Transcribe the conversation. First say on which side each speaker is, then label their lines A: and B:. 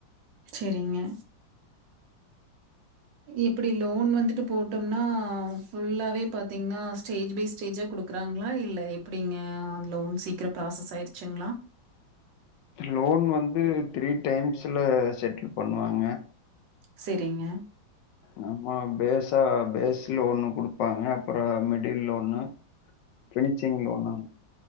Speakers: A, on the right (about 70°); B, on the left (about 70°).
A: செரிங்க இப்டி லோன் வந்துட்டு போட்டோம்னா ஃபுல்லாவே பாத்தீங்கன்னா ஸ்டேஜ் பை ஸ்டேஜா குடுக் க்குறாங்களா இல்ல எப்டிங்க அந்த லோன் சீக்கிரம் ப்ராசஸ் ஆயிர்ச்சிங்களா
B: லோன் வந்து த்ரீ டைம்ஸில செட்டில் பண்ணுவாங்க
A: செரிங்க
B: நம்ம பேஸா பேஸ் லோன்னு குடுப்பாங்க அப்றம் மிடில்ல ஒன்னு கணிச்சங் லோனா